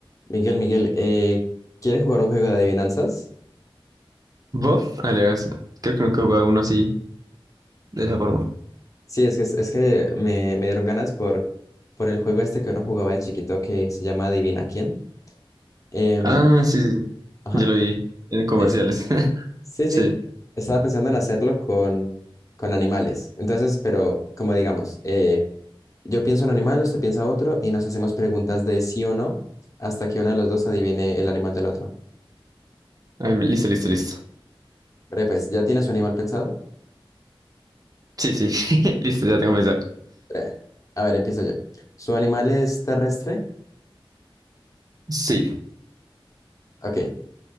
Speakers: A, on the left; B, on the right.
A: Miguel, Miguel, eh, ¿quieres jugar un juego de adivinanzas?
B: ¿Vos? Alias, creo que nunca he jugado uno así, de esa forma.
A: Sí, es que, es que me, me dieron ganas por, por el juego este que uno jugaba de chiquito que se llama Adivina quién. Em,
B: Ah, sí, sí.
A: ajá,
B: Yo lo vi en comerciales.
A: eso.
B: <laughs>
A: Sí, sí.
B: Sí.
A: Estaba pensando en hacerlo con, con animales. Entonces, pero como digamos, eh, yo pienso un animal, usted piensa otro y nos hacemos preguntas de sí o no hasta que uno de los dos adivine el animal del otro.
B: Ah, listo, listo, listo.
A: Breve, pues, ¿ya tiene su animal pensado?
B: Sí, sí. <laughs> Listo, ya tengo pensado.
A: Breve. A ver, empiezo yo. ¿Su animal es terrestre?
B: Sí.
A: Ok.